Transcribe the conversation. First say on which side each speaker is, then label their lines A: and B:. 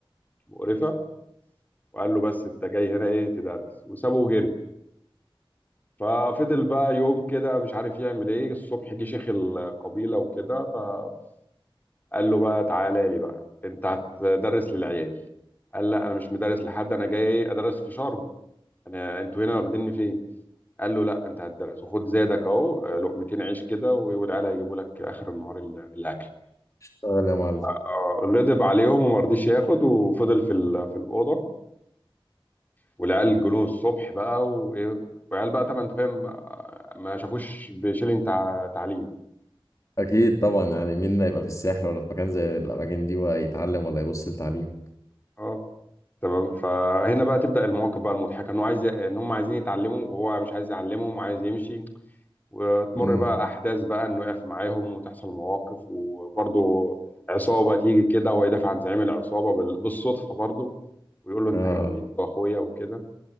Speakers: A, on the left (about 20°); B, on the left (about 35°).
A: مقرفه وقال له بس انت جاي هنا ايه تدرس وسابه وجري ففضل بقى يوم كده مش عارف يعمل ايه الصبح جه شيخ القبيله وكده فقال له بقى تعالى لي بقى انت هتدرس للعيال قال لا انا مش مدرس لحد انا جاي ايه ادرس في شرم انا انتوا هنا واخديني فين قال له لا انت هتدرس وخد زادك اهو آه، لقمتين عيش كده و- والعيال هيجيبوا لك اخر النهار ال- الاكل
B: اشتغل يا معلم
A: آه، غضب عليهم وما رضيش ياخد وفضل في ال- في الاوضه والعيال جولون الصبح بقى وايه والعيال بقى طبعا انت فاهم آه، ما شافوش بشيلين تع- تعليم
B: اكيد طبعا يعني مين هيبقى في الساحل ولا في مكان زي الاماكن دي ويتعلم ولا يبص لتعليم
A: اه تمام فهنا بقى تبدا المواقف بقى المضحكه انه عايز ان هم عايزين يتعلموا وهو مش عايز يعلمهم وعايز يمشي وتمر
B: امم
A: بقى احداث بقى انه يقف معاهم وتحصل مواقف وبرضه عصابه تيجي كده وهو يدافع عن زعيم العصابه بال- بالصدفه برضه ويقول له انت
B: اه
A: حبيبي واخويا وكده